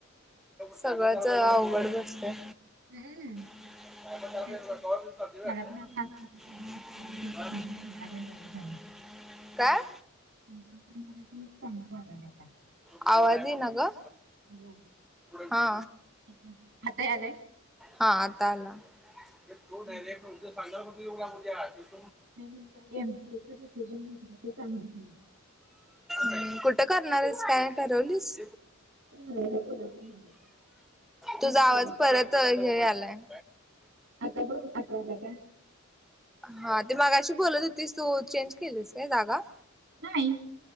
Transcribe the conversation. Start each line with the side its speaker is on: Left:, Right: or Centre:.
Centre: सगळंच अवघड बसतयं.
Right: हम्म.
Centre: <inaudible>
Right: तेच ना मला पण आता असं वाटायलय
Centre: <inaudible>
Right: म्हणजे घेणार आहे बरं झालं.
Centre: काय?
Right: चांगलं वाटायलय आता
Centre: आवाज येईना गं.
Right: हॅलो
Centre: हा
Right: एक मिनिट आता यायलय
Centre: हा आता आला. तो
Right: एक
Centre: डयरेक्ट
Right: मिनिट
Centre: म्हण सांगाा्या <unintelligible> <unintelligible>
Right: <inaudible> ते चांगलं झालं.
Centre: हम् कुठं करणारं आहेस कायं ठरवलीस?
Right: मी राहिलो कोल्हापूरमध्ये
Centre: तुझा
Right: न्यू
Centre: आवाज
Right: कॉलेजला
Centre: परत हे यायलायं.
Right: आता बघा आता आला का.
Centre: हा ते मगाशी बोलत होतीस तू चेंज केलीस काय जागा.
Right: नाही.